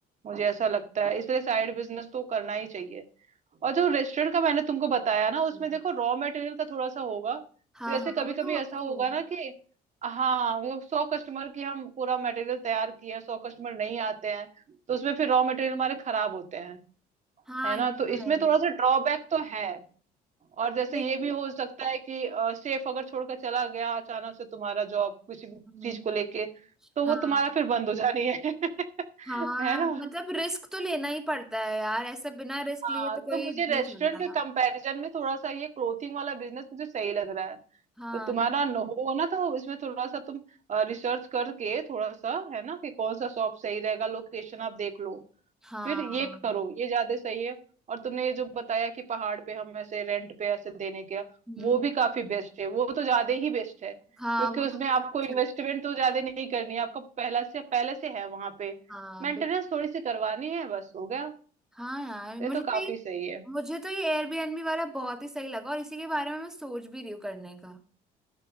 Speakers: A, on the right; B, in the centre.
A: मुझे ऐसा लगता है इसलिए साइड बिजनेस तो करना ही चाहिए और जो रेस्टोरेंट का मैंने तुमको बताया ना उसमें
B: हम्म,
A: देखो रॉ मटेरियल का थोड़ा सा होगा
B: हाँ
A: जैसे
B: हाँ
A: कभी
B: वो
A: कभी
B: तो होता
A: ऐसा होगा
B: ही है
A: ना कि हाँ मतलब सौ कस्टमर की हम पूरा मटेरियल तैयार किए हैं सौ कस्टमर नहीं आते हैं, तो उसमें फिर रॉ मटेरियल हमारे खराब होते हैं
B: हाँ
A: है ना
B: ये तो
A: तो इसमें
B: है ही।
A: थोड़ा सा ड्रॉबैक तो है और जैसे
B: लेकिन
A: ये भी हो सकता है कि सेफ अगर छोड़कर चला गया अचानक से तुम्हारा जॉब किसी
B: हम्म,
A: भी चीज को लेके तो
B: हाँ
A: वो तुम्हारा फिर बंद हो जानी है <laughs>
B: हाँ
A: है ना
B: मतलब रिस्क तो लेना ही पड़ता है यार ऐसा बिना रिस्क
A: हाँ
B: लिए तो कोई
A: तो मुझे रेस्टोरेंट
B: नहीं चलता
A: के कंपैरिजन में थोड़ा सा ये क्लोथिंग वाला बिजनेस मुझे सही लग रहा है
B: हाँ
A: तो तुम्हारा न हो ना तो इसमें थोड़ा सा तुम रिसर्च करके थोड़ा सा है ना कि कौन सा शॉप सही रहेगा लोकेशन आप देख लो
B: हाँ
A: फिर ये करो ये ज्यादा सही है और तुमने ये जो बताया कि पहाड़ पे हम ऐसे रेंट पे ऐसे देने के
B: हम्म,
A: वो भी काफी बेस्ट है वो तो ज्यादा ही बेस्ट है
B: हाँ
A: क्योंकि
B: वो
A: उसमें
B: तो
A: आपको
B: मतलब
A: इन्वेस्टमेंट
B: चलता
A: तो ज्यादा नहीं करनी है आपका पहला से पहले से है वहां पे
B: हाँ
A: मेंटेनेंस
B: बिल्कुल
A: थोड़ी सी करवानी है बस हो गया
B: हाँ यार
A: ये
B: मुझे
A: तो काफी
B: तो ये
A: सही है
B: मुझे तो ये एयरबीएनबी वाला बहुत ही सही लगा और इसी के बारे में मैं सोच भी रही हूँ करने का